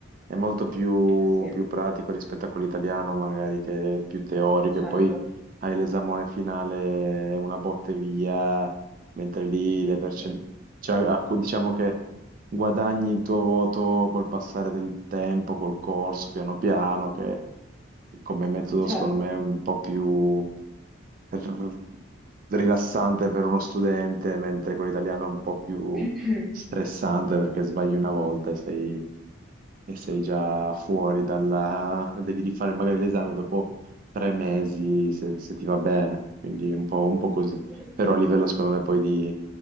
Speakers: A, on the right; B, in the centre.
A: È molto più,
B: sì,
A: più pratico rispetto a quello italiano, magari che è più teorico,
B: certo,
A: e poi hai l'esamone finale, è una botte via, mentre lì le percen-
B: sì,
A: cioè, a cui- diciamo che guadagni il tuo voto col passare del tempo, col corso, piano piano, che come metodo
B: certo.
A: secondo me è un po' più r- rilassante per uno studente, mentre quello italiano è un po' più
B: <clears throat>
A: stressante perché sbagli una volta e sei, e sei già fuori dalla... devi rifare magari l'esame dopo tre mesi se, se ti va bene, quindi è un po', un po' così.
B: Sì.
A: Però a livello secondo me poi di